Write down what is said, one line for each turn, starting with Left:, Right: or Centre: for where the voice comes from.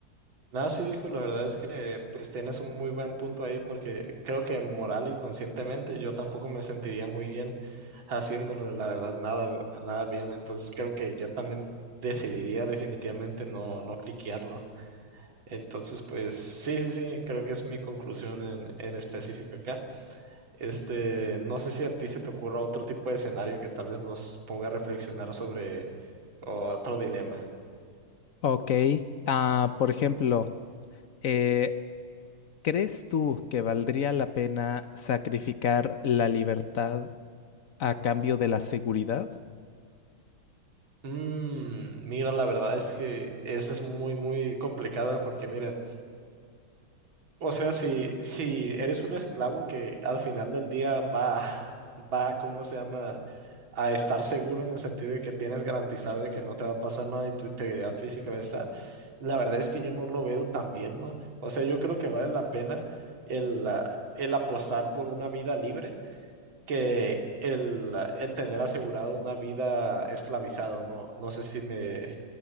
Right: nada, sí, viejo, la verdad es que pues tienes un muy buen punto ahí porque creo que moral y conscientemente yo tampoco me sentiría muy bien haciéndolo, la verdad, nada, nada bien. Entonces, creo que yo también decidiría definitivamente no, no cliquearlo. Entonces, pues sí, sí, sí, creo que es mi conclusión en, en específico acá. Este, no sé si a ti se te ocurra otro tipo de escenario que tal vez nos ponga a reflexionar sobre otro dilema.
Left: Ok, ah, por ejemplo, eh, ¿Crees tú que valdría la pena sacrificar la libertad a cambio de la seguridad?
Right: Mm, mira, la verdad es que esa es muy, muy complicada porque mira, O sea, si, si eres un esclavo que al final del día va, va, ¿cómo se llama? A estar seguro en el sentido de que tienes garantizado de que no te va a pasar nada y tu integridad física va a estar. La verdad es que yo no lo veo tan bien, ¿no? O sea, yo creo que vale la pena el, ah, el apostar por una vida libre que el, ah, el tener asegurado una vida esclavizado, ¿no? No sé si me,